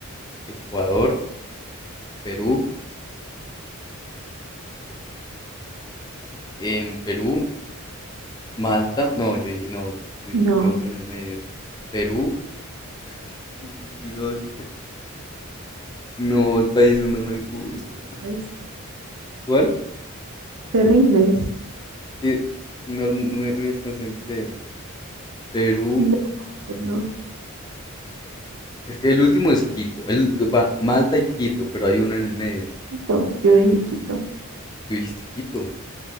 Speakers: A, on the left; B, on the right.
A: Ecuador, Perú. En Perú, Malta. No, yo dije, no, tú dijiste
B: No,
A: otro en el medio. Perú. <laughs> Dios. No, el país no me gusta.
B: ¿ves?
A: ¿Cuál?
B: ¿Te rindes?
A: Es que ay, no, no me, me desconcentré. Perú,
B: No, pero
A: es que el último es Quito. El, va, Malta y Quito, pero hay uno en el medio.
B: Quito. Yo no dije Quito.
A: Tú dijiste Quito.